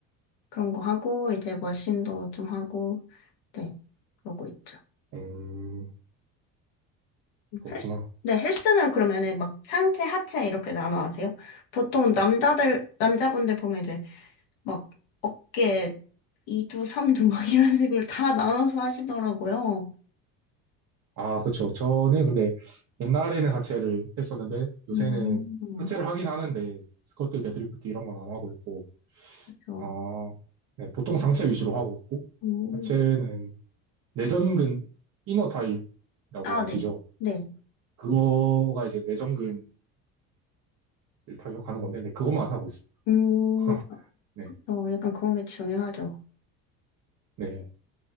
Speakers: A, on the left; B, on the right.
A: 그런 거 하고, 이제 머신도 좀 하고, 네, 그러고 있죠.
B: 음, 그렇구나.
A: 헬스, 네, 헬스는 그러면은 막 상체, 하체 이렇게 나눠 하세요? 보통 남자들, 남자분들 보면 이제 막 어깨 2두, 3두 막 이런 <laughs> 식으로 다 나눠서 하시더라고요.
B: 아, 그렇죠. 저는 근데 옛날에는 하체를 했었는데 요새는
A: 음,
B: 하체를 하긴 하는데 스쿼트, 데드리프트 이런 건 안 하고 있고,
A: 그렇죠.
B: 아, 네, 보통 상체 위주로 하고 있고,
A: 음.
B: 하체는 내전근 이너타이라고
A: 아,
B: 아시죠?
A: 네. 네.
B: 그거가 이제 내전근을 타격하는 건데, 네, 그것만 하고 있습니다.
A: 음,
B: <laughs> 네,
A: 어, 약간 그런 게 중요하죠.
B: 네.